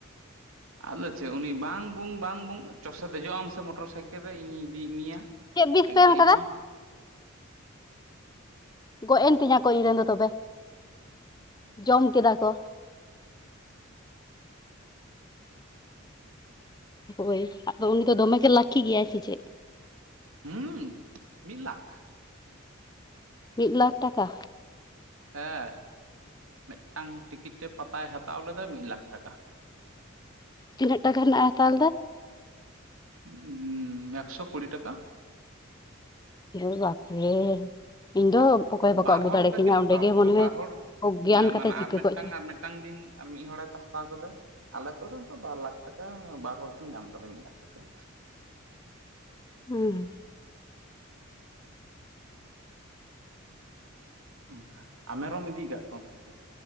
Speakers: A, on the right; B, on the left.
A: ᱟᱫᱚ ᱪᱮᱫ ᱩᱱᱤ ᱵᱟᱝ ᱵᱩᱝ ᱵᱟᱝ ᱵᱩᱝ ᱪᱚᱥᱮ ᱫᱮᱡᱚᱜ-ᱟᱢ ᱥᱮ ᱢᱚᱴᱚᱨ ᱥᱟᱭᱠᱮᱞ ᱨᱮ ᱤᱧᱤᱧ ᱤᱫᱤᱭᱮᱜ ᱢᱮᱭᱟ
B: ᱪᱮᱜ ᱵᱤᱥ
A: ᱮᱠᱵᱟᱨ
B: ᱯᱮ ᱮᱢ ᱠᱟᱫᱟ
A: ᱤᱫᱤ
B: ᱜᱚᱡ ᱮᱱ ᱛᱤᱧᱟ ᱠᱚ ᱤᱧ ᱨᱮᱱ ᱫᱚ ᱛᱚᱵᱮ ᱡᱚᱢ ᱠᱮᱫᱟ ᱠᱚ ᱦᱳᱭ ᱟᱫᱚ ᱩᱱᱤ ᱫᱚ ᱫᱚᱢᱮᱜᱮ ᱞᱟᱠᱤ ᱜᱮᱭᱟᱭ ᱥᱮ ᱪᱮᱫ
A: ᱦᱩᱸ ᱢᱤᱫ ᱞᱟᱠᱷ
B: ᱢᱤᱫ ᱞᱟᱠᱷ ᱴᱟᱠᱟ
A: ᱦᱮᱸ ᱢᱮᱜᱴᱟᱝ ᱴᱤᱠᱤᱴ ᱨᱮ ᱯᱟᱛᱟᱭ ᱦᱟᱛᱟᱣ ᱞᱮᱫᱟ ᱢᱤᱫ ᱞᱟᱠᱷ ᱴᱟᱠᱟ
B: ᱛᱤᱱᱟᱹᱜ ᱴᱟᱠᱟ ᱨᱮᱱᱟᱜ-ᱮ ᱦᱟᱛᱟᱣ ᱞᱮᱫᱟ?
A: ᱩᱸᱻ ᱮᱠᱥᱚ ᱠᱩᱲᱤ ᱴᱟᱠᱟ
B: ᱩᱨᱮ ᱵᱟᱯᱨᱮ ᱤᱧ ᱫᱚ ᱚᱠᱚᱭ ᱵᱟᱠᱚ
A: ᱵᱟᱨ
B: ᱟᱹᱜᱩ
A: ᱦᱚᱲ
B: ᱫᱟᱲᱮ
A: ᱚᱝᱠᱟ
B: ᱠᱤᱧᱟ
A: ᱠᱤᱱ ᱦᱟᱛᱟᱣ
B: ᱚᱸᱰᱮ ᱜᱮ
A: ᱠᱟᱫᱟ
B: ᱢᱚᱱᱮ
A: ᱵᱟᱨ
B: ᱦᱚᱭ
A: ᱦᱚᱲ
B: ᱚᱜᱽᱜᱮᱭᱟᱱ ᱠᱟᱛᱮ
A: ᱢᱟᱱᱮ
B: ᱪᱤᱠᱟᱹ
A: ᱟᱨ ᱢᱤᱫᱴᱟᱝ
B: ᱠᱚ ᱪᱚ
A: ᱟᱨ ᱢᱤᱫ ᱴᱟᱝ ᱫᱤᱱ ᱟᱨ ᱢᱤᱫ ᱦᱚᱲᱮ ᱦᱟᱛᱟᱣ ᱠᱟᱫᱟ ᱟᱞᱮ ᱟᱹᱛᱩ ᱨᱮ ᱚᱝᱠᱟ ᱵᱟᱨ ᱞᱟᱠᱷ ᱴᱟᱠᱟ ᱵᱟᱨ ᱦᱚᱲ ᱠᱤᱱ ᱧᱟᱢ ᱠᱟᱫᱟ, ᱢᱤᱫ ᱞᱟᱠᱷ ᱠᱟᱛᱮᱫ
B: ᱦᱩᱸ
A: ᱚᱱᱠᱟ ᱟᱨ ᱢᱮᱨᱚᱢ ᱤᱫᱤ ᱠᱟᱜ ᱠᱚᱣᱟᱢ ᱥᱮ ᱪᱮᱫ